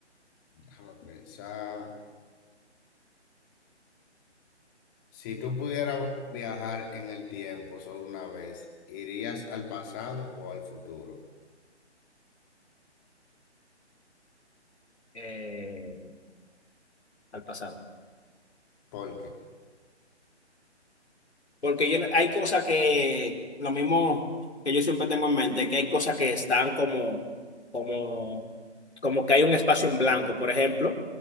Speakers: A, on the left (about 15°); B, on the left (about 65°).
A: Déjame pensar. Si tú pudieras viajar en el tiempo solo una vez, ¿irías al pasado o al futuro?
B: Eh, al pasado.
A: ¿Por qué?
B: Porque yo, hay cosas que, lo mismo que yo siempre tengo en mente, que hay cosas que están como, como, como que hay un espacio en blanco. Por ejemplo,